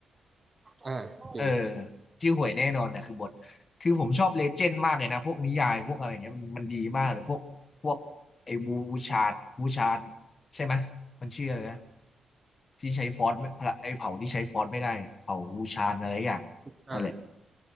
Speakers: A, on the right; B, on the left.
A: อ่าจริง
B: เออชื่อหวยแน่นอนนะคือบทคือผมชอบเลเจนด์มากเลยนะพวกนิยายพวกอะไรเงี้ยมันมันดีมากเลยพวกพวกไอ้วูวูชาดวูชาดใช่ไหมยมันชื่ออะไรนะที่ใช้ฟอสไม่ไอ้เผ่าที่ใช้ฟอสไม่ได้เผ่าวูชาดอะไรอย่าง
A: อ่า
B: นั่นแหละ